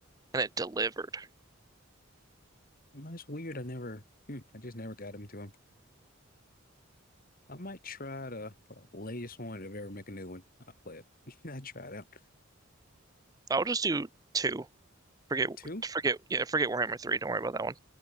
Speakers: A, on the right; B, on the left.
A: and it delivered.
B: It's weird. I never, hmm, I just never got into them. I might try the uh, latest one if I ever make a new one. I'll play it. <laughs> I tried out.
A: I'll just do two. Forget
B: Two?
A: forget
B: <laughs>
A: yeah, forget Warhammer 3. Don't worry about that one.